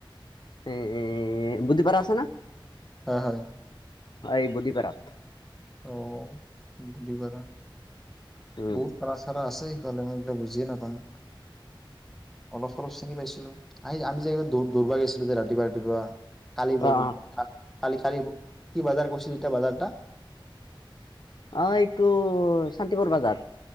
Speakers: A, on the left; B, in the centre.
A: এএএএএএ বুদ্ধি পাৰা আছে ন?
B: হ হয়।
A: অ এই বুদ্ধি পাৰাত।
B: অহ', বুদ্ধি পাৰা।
A: উম
B: বহুত পাৰা সাৰা আছে। সেইটো নহয়, মই এগিলা বুজিয়ে নাপাঙ, অলপ চলপ চিনি পাইছিলো আহি আমি যে দৌ দৌৰ মাৰি আছিলো যে ৰাতিপুৱা ৰাতিপুৱা কালি
A: অ
B: বই
A: অ
B: কা কালি, কালি কি বাজাৰ কৰিছিল, এতিয়া বাজাৰটা
A: আহ', এইটো শান্তিপুৰ বাজাৰ।